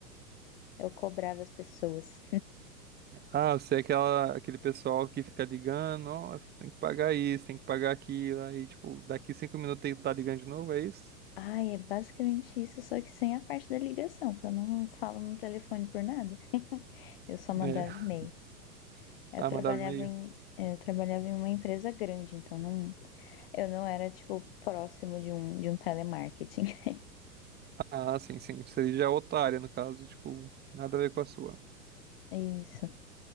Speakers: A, on the left; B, on the right.
A: Eu cobrava as pessoas.
B: Ah, você é aquela, aquele pessoal que fica ligando, ó, tem que pagar isso, tem que pagar aquilo, aí tipo, daqui cinco minutos tem que tá ligando de novo, é isso?
A: Ai, é basicamente isso, só que sem a parte da ligação, que eu não falo no telefone por nada. Eu só mandava
B: É.
A: e-mail. Eu
B: Ah,
A: trabalhava
B: mandava e-mail?
A: em, eu trabalhava em uma empresa grande, então não, eu não era, tipo, próximo de um, de um telemarketing. <laughs>
B: Ah, sim, sim. Seria já outra área, no caso. Tipo, nada a ver com a sua.
A: É Isso.